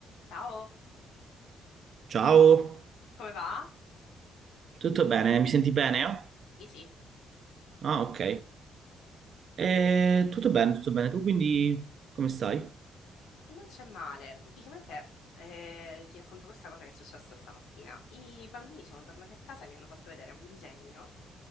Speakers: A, on the left (about 85°); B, on the right (about 55°).
A: Ciao,
B: Ciao,
A: come va?
B: tutto bene? Mi senti bene?
A: Sì, sì,
B: Ah, ok. Eh, tutto bene, tutto bene. Tu quindi come stai?
A: non c'è male. Praticamente eh, ti racconto questa cosa che è successa stamattina. I bambini sono tornati a casa e mi hanno fatto vedere un disegno